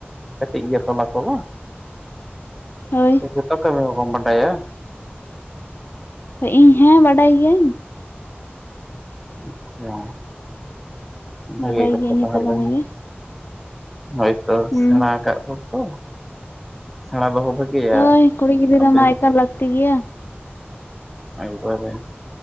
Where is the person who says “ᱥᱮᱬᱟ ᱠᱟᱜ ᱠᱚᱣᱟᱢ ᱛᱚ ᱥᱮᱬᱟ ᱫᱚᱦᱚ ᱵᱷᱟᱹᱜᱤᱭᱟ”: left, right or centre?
Centre